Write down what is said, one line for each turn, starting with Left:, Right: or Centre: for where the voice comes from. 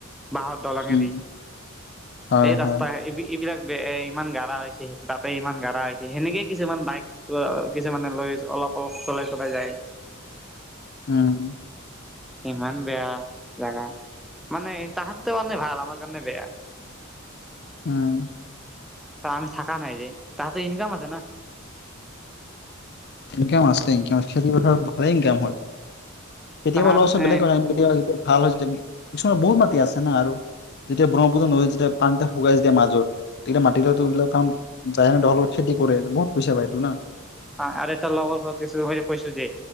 Centre: বাঁহৰ দলঙেদি।
Left: উম হয়
Centre: এই ৰাস্তা
Left: হয়
Centre: এ এইবিলাক বে- ইমান গাঢ়া হৈছে। সেইটো তাতে ইমান গাঢ়া হৈছে। সেনেকেই কিছুমান বাইক অ'- কিছুমানে লৈ অলপ - অলপ চলাই - চলাই যায়।
Left: উম।
Centre: ইমান বেয়া জাগা। মানে তাহাতৰ কাৰণে ভাল, আমাৰ কাৰণে বেয়া।
Left: উম।
Centre: কাম থাকা নাই ৰে। তাহাতে ইনকাম আছে না।
Left: ইনকাম আছে। খেতি পথাৰত ভালে ইনকাম হয়। কেতিয়াবা
Centre: তাহাৰ
Left: অলপ ওচৰত বেলেগ
Centre: এ
Left: <unintelligible> যেতিয়া ভাল হয় যেতিয়া, ওচৰত বহুত মাটি আছে না আৰু। যেতিয়া ব্ৰহ্মপুত্ৰ নদীত যেতিয়া পানীটা শুকাই যেতিয়া মাজত, তেতিয়া মাটিগিলাক তো বিলাক টান যাৰ <unintelligible> লগত খেতি কৰে, বহুত পইচা পায় টো না।
Centre: আৰু এটা লগৰ ঘৰত কিছু মই কৈছোঁ যে